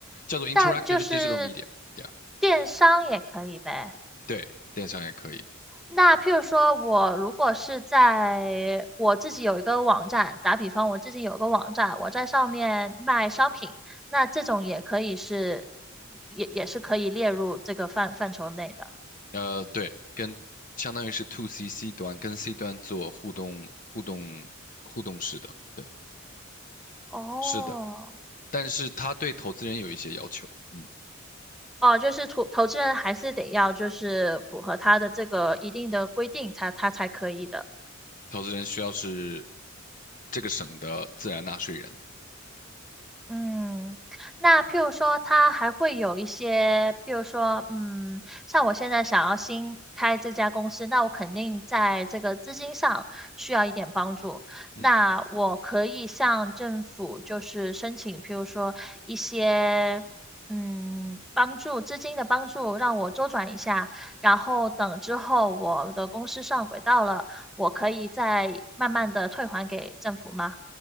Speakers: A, on the left; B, in the centre.
A: 叫做 interactive
B: 但就是
A: digital media，yeah，
B: 电商也可以呗。
A: 对，电商也可以。
B: 那譬如说，我如果是在我自己有一个网站，打比方，我自己有个网站，我在上面卖商品，那这种也可以是，也也是可以列入这个范范畴内的。
A: 呃，对，跟相当于是 to C C 端跟 C 端做互动、互动、互动式的，对，
B: 哦，
A: 是的。但是他对投资人有一些要求，嗯，
B: 哦，就是投投资人还是得要就是符合他的这个一定的规定才他才可以的。
A: 投资人需要是这个省的自然纳税人，
B: 嗯，那譬如说，它还会有一些，譬如说，嗯，像我现在想要新开这家公司，那我肯定在这个资金上需要一点帮助。
A: 嗯，
B: 那我可以向政府就是申请，譬如说一些，嗯，帮助资金的帮助，让我周转一下，然后等之后我的公司上轨道了，我可以再慢慢的退还给政府吗？